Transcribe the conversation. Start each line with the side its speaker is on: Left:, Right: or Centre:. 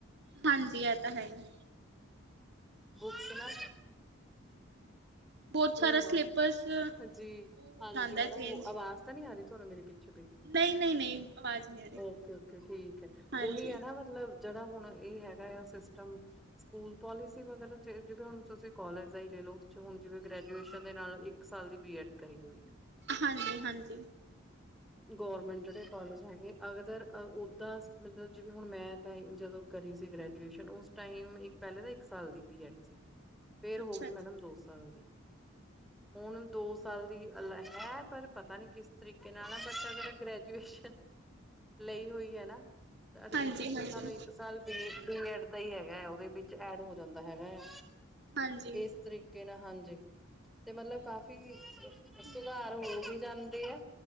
Right: ਹਾਂਜੀ ਇਹ ਤਾਂ ਹੈ ਹੀ।
Centre: ਬੁੱਕਸ ਨਾ।
Right: ਬਹੁਤ ਸਾਰਾ
Centre: ਇਹ ਲਾ
Right: ਸਿਲੇਬਸ ਉਹ
Centre: ਹਾਂਜੀ
Right: ਹੋ
Centre: ਹਾਂਜੀ
Right: ਜਾਂਦਾ
Centre: ਮੈਡਮ
Right: ਚੇਂਜ
Centre: ਉਹ ਆਵਾਜ਼ ਤਾਂ ਨੀ ਆ ਰਹੀ ਤੁਹਾਨੂੰ ਮੇਰੇ ਪਿੱਛੇ ਬੈਠ ਕੋਈ
Right: ਨਹੀਂ ਨਹੀਂ ਨਹੀਂ ਆਵਾਜ਼ ਨਹੀਂ ਆ ਰਹੀ
Centre: ਓਕੇ ਓਕੇ ਠੀਕ ਹੈ
Right: ਹਾਂਜੀ
Centre: ਉਹੀ ਹੈ ਨਾ ਮਤਲਬ। ਜਿਹੜਾ ਹੁਣ ਇਹ ਹੈਗਾ ਆ ਸਿਸਟਮ ਸਕੂਲ ਪੋਲਿਸੀ ਵਗੈਰਾ ਜਿਵੇਂ ਹੁਣ ਤੁਸੀਂ ਕੋਲਜ ਦਾ ਹੀ ਲੈ ਲਓ ਉਸ ਚ ਹੁਣ ਜਿਵੇਂ ਗ੍ਰੈਜੂਏਸ਼ਨ। ਗ੍ਰੈਜੂਏਸ਼ਨ ਦੇ ਨਾਲ ਇੱਕ ਸਾਲ ਦੀ ਬੀ ਐਡ ਕਰੀ ਹੋਈ ਹੈ।
Right: ਹਾਂਜੀ ਹਾਂਜੀ।
Centre: ਗੌਰਮੈਂਟ ਜਿਹੜੇ ਕੋਲਜ ਹੈਗੇ ਅਗਦਰਰ ਉਦਾਂ ਮਤਲਬ ਜਿਵੇਂ ਹੁਣ ਮੈਂ ਟਾਈਮ ਜਦੋਂ ਕਰੀ ਸੀ ਗ੍ਰੈਜੂਏਸ਼ਨ ਉਸ ਟਾਈਮ ਇੱਕ ਪਹਿਲੇ ਤੇ ਇੱਕ ਸਾਲ ਦੀ ਬੀ ਐਡ ਸੀ। ਫੇਰ ਹੋ
Right: ਅੱਛਾ
Centre: ਗਈ
Right: ਅੱਛਾ
Centre: ਮੈਡਮ ਦੋ ਸਾਲ ਦੀ? ਹੁਣ ਦੋ ਸਾਲ ਦੀ ਅਲੱਗ ਹੈ ਪਰ ਪਤਾ ਨਹੀਂ ਕਿਸ ਤਰੀਕੇ ਨਾਲ ਬਟ ਅਗਰ ਗ੍ਰੈਜੂਏਸ਼ਨ ਲਈ ਹੋਈ ਹੈ ਨਾ। ਤਾ ਐਡਮਿਸ਼ਨ
Right: ਹਾਂਜੀ
Centre: ਫਿਰ
Right: ਹਾਂਜੀ
Centre: ਸਾਨੂੰ ਇੱਕ ਸਾਲ ਬੀ ਬੀ ਐੱਡ। ਇਦਾ ਹੀ ਹੈਗਾ ਹੈ ਉਹਦੇ ਵਿੱਚ ਐਡ ਹੋ ਜਾਂਦਾ ਹੈਗਾ ਹੈ।
Right: ਹਾਂਜੀ
Centre: ਇਸ ਤਰੀਕੇ ਨਾਲ ਹਾਂਜੀ ਤੇ ਮਤਲਬ ਕਾਫ਼ੀ
Right: ਹਮ
Centre: ਸੁਧਾਰ ਹੋ ਵਿ ਜਾਂਦਾ <unintelligible>